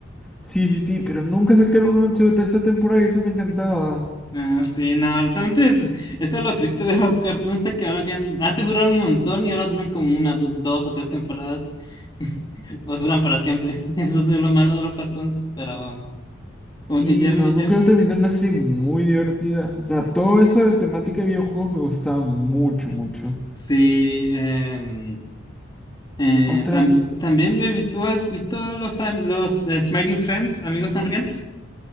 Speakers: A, in the centre; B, on the left (about 20°).
A: Sí, sí, sí, pero nunca sacaron una segunda- tercera temporada y eso me encantaba.
B: Ah, sí, no, realmente es, eso es lo triste de los cartoons, es que ahora ya, antes duraron un montón y ahora duran como una, do- dos o tres temporadas, <laughs> o duran para siempre, <laughs> eso es lo malo de los cartoons, pero
A: Sí,
B: como que ya
A: no,
B: me,
A: nunca
B: ya,
A: lo terminé, era una serie muy divertida. O sea, todo eso de temática de videojuegos me gustaba mucho, mucho.
B: sí, eh, eh,
A: Otras,
B: tambi- también, baby, ¿tú has visto los, am- los eh, Smiling Friends, amigos sonrientes?